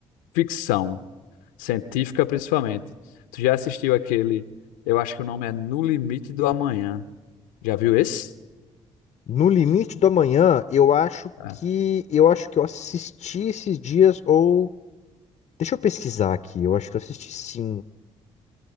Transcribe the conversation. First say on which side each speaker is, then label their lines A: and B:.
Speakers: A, on the left (about 90°); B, on the left (about 50°).
A: ficção científica principalmente. Tu já assistiu aquele, eu acho que o nome é No Limite do Amanhã. Já viu esse?
B: No Limite do Amanhã, eu acho
A: É.
B: que eu acho que eu assisti esses dias ou deixa eu pesquisar aqui. Eu acho que eu assisti sim.